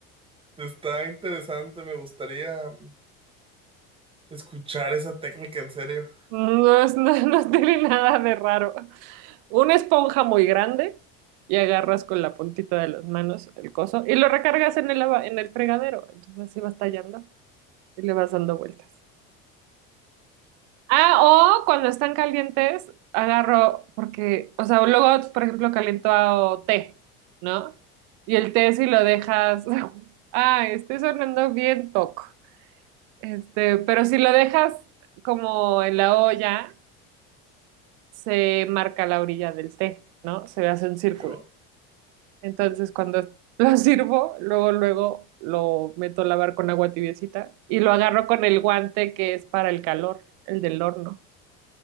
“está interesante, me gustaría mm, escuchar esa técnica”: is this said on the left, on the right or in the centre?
Right